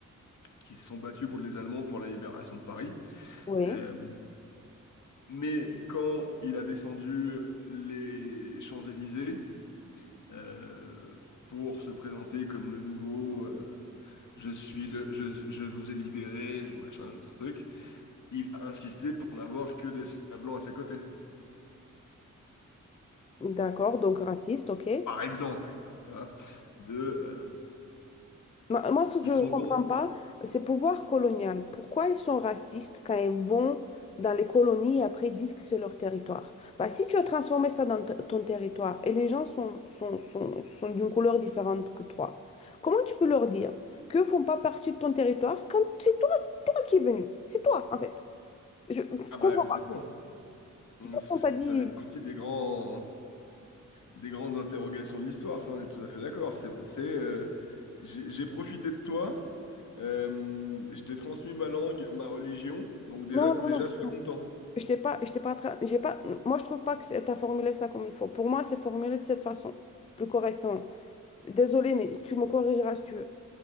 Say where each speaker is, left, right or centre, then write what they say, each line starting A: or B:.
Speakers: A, on the left; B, on the left.
A: qui se sont battus contre les Allemands pour la libération de Paris.
B: Oui.
A: Euh, Mais quand il a descendu les Champs-Élysées euh, pour se présenter comme le nouveau euh, je suis le je, je vous ai libéré, je machin, je truc, il a insisté pour n'avoir que des soldats blancs à ses côtés.
B: D'accord, donc raciste, ok.
A: Par exemple, tu vois, de euh,
B: Moi, moi, ce que
A: ils
B: je ne
A: sont
B: comprends
A: bons.
B: pas, c'est pouvoir colonial. Pourquoi ils sont racistes quand ils vont dans les colonies et après disent que c'est leur territoire? Bah, si tu as transformé ça dans t- ton territoire et les gens sont, sont, sont, sont d'une couleur différente que toi, comment tu peux leur dire qu'ils ne font pas partie de ton territoire quand c'est toi qui es venu? C'est toi, en fait. Je
A: Ah
B: comprends
A: bah complètement.
B: pas. Personne
A: Ça
B: t'a dit
A: fait partie des grands Des grandes interrogations de l'histoire, ça on est tout à fait d'accord. C'est, c'est, euh, j'ai j'ai profité de toi, euh, je t'ai transmis ma langue, ma religion, donc déjà,
B: non,
A: déjà
B: non,
A: sois
B: non.
A: content.
B: Je t'ai pas, je t'ai pas, tra- j'ai pas, moi, je trouve pas que c'est- t'as formulé ça comme il faut. Pour moi, c'est formulé de cette façon, plus correctement. Désolée, mais tu me corrigeras si tu veux.